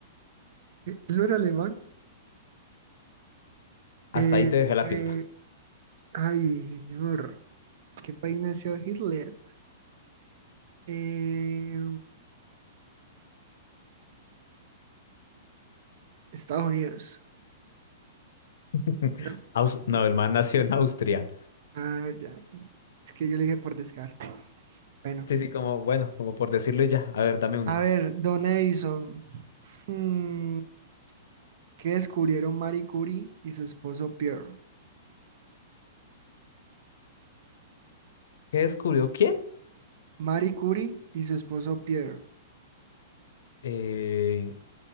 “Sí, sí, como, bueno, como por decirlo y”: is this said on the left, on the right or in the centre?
Left